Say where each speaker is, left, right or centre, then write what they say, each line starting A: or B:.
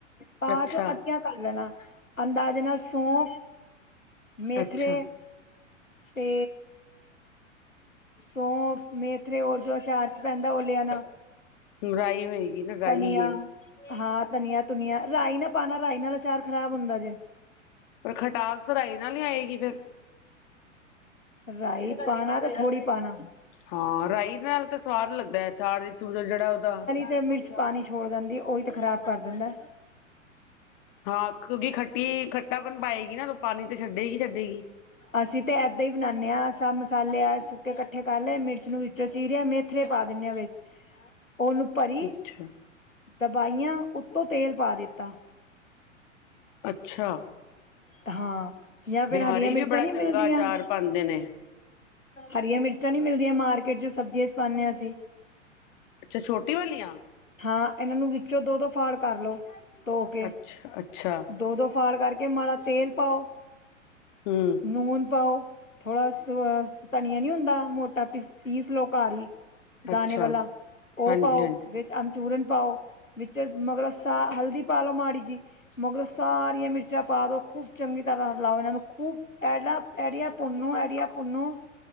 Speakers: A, on the left; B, on the left.
A: ਪਾ
B: ਅੱਛਾ
A: ਚੋਂ ਅੱਧੀਆਂ ਕਰ ਲੈਣਾ, ਅੰਦਾਜੇ ਨਾਲ ਸੌਫ, ਮੇਥਰੇ
B: ਅੱਛਾ
A: ਤੇ ਸੌਫ, ਮੇਥਰੇ ਔਰ ਜੋ ਅਚਾਰ 'ਚ ਪੈਂਦਾ, ਓ ਲੇ ਆਣਾ।
B: ਹਮ, ਰਾਈ ਹੋਏਗੀ ਨਾ ਰਾਈ
A: ਧਨੀਆ
B: ਏ।
A: ਹਾਂ ਤਣੀਆਂ-ਤੁਣੀਆਂ, ਰਾਇ ਨਾ ਪਾਣਾ ਰਾਇ ਨਾਲ ਅਚਾਰ ਖ਼ਰਾਬ ਹੁੰਦਾ ਜੇ।
B: ਪਰ ਖਟਾਸ, ਤਾਂ ਰਾਇ ਨਾਲ ਈ ਆਏਗੀ ਫੇਰ।
A: ਰਾਇ ਪਾਣਾ, ਤੇ ਥੋੜ੍ਹੀ ਪਾਣਾ।
B: ਹਾਂ ਰਾਇ ਨਾਲ ਤੇ ਸਵਾਦ ਲਗਦਾ, ਐ ਅਚਾਰ ਸੂਰਜ ਜੇੜਾ ਓਦਾ
A: ਫੇਰ ਮਿਰਚ ਪਾਣੀ ਛੋੜ ਜਾਂਦੀ ਏ, ਓਹੀ ਤੇ ਖਰਾਬ ਕਰ ਦਿੰਦੈ।
B: ਹਾਂ ਕਿਉਂਕਿ ਖੱਟੀ ਖੱਟਾ ਪਨ ਪਾਏਗੀ ਨਾ, ਤੇ ਓ ਪਾਣੀ ਤੇ ਛਡੇਗੀ- ਛਡੇਗੀ।
A: ਅਸੀਂ ਤਾ ਏਦਾ ਈ ਬਨਾਣੇ ਆ, ਸਭ ਮਸਾਲੇ ਆ ਸੁੱਕੇ ਕੱਠੇ ਕਰ ਲੇ ਮਿਰਚ ਨੂੰ ਵਿੱਚੋ ਚੀਰੇਆ ਮੇਥ ਥਰੇ ਪਾ ਦੀਨੇ ਆ ਵਿੱਚ, ਉਨੂੰ ਪਰੀ
B: ਅੱਛਾ
A: ਦਬਾਈਆਂ ਉੱਤੋਂ, ਤੇਲ ਪਾ ਦਿੱਤਾ।
B: ਅੱਛਾ
A: ਹਾਂ। ਯਾ ਫੇਰ,
B: ਬਿਹਾਰੀ
A: ਹਰੀਆਂ ਮਿਰਚਾਂ
B: ਵੀ ਬੜਾ
A: ਨੀ
B: ਚੰਗਾ
A: ਮਿਲਦੀਆਂ
B: ਅਚਾਰ ਪਾਉਂਦੇ ਨੇ
A: ਹਰੀਆਂ ਮਿਰਚਾਂ ਨੀ ਮਿਲਦੀਆਂ ਮਾਰਕੀਟ 'ਚ, ਸਬਜ਼ੀਆਂ 'ਚ ਪਾਣੇ ਆ ਅਸੀ
B: ਅੱਛਾ, ਛੋਟੀ ਵਲੀਆਂ?
A: ਹਾਂ ਏਨਾਨੂੰ ਵਿੱਚੋ ਦੋ-ਦੋ ਫਾੜ੍ਹ ਕਰ ਲੋ ਤੋ ਕੇ,
B: ਅੱਛਾ ਅੱਛਾ
A: ਦੋ-ਦੋ ਫਾੜ੍ਹ ਕਰਕ ਕੇ ਮਾੜਾ ਤੇਲ ਪਾਓ,
B: ਹੂੰ
A: ਨੂਨ ਪਾਓ ਥੋੜਾ ਸ ਵ ਤਣੀਆਂ ਨੀ ਹੁੰਦਾ, ਮੋਟਾ ਪੀਸ-ਪੀਸ ਲੋ ਕਾਰ ਈ ਦਾਣੇ
B: ਅੱਛਾ
A: ਵਲਾ ਓ
B: ਹਾਂਜੀ
A: ਪਾਓ,
B: ਹਾਂਜੀ
A: ਵਿਚ ਅਮਚੂਰਨ ਪਾਓ ਵਿਚ ਮਗਰੋਂ ਸਾ, ਹਲਦੀ ਪਾਲੋੋ ਮਾੜੀ ਜੀ ਮਗਰੋਂ ਸਾਰੀਆਂ ਮਿਰਚਾਂ ਪਾ ਦੋ, ਖੂਬ ਚੰਗੀ ਤਰ੍ਹਾਂ ਰਲਾਓ ਇਹਨਾਂ ਨੂੰ ਖੂਬ ਇਹੜਾ ਐੜੀਆ ਪੁੁੰਨੂੰ, ਐੜੀਆ ਪੁੁੰਨੂੰ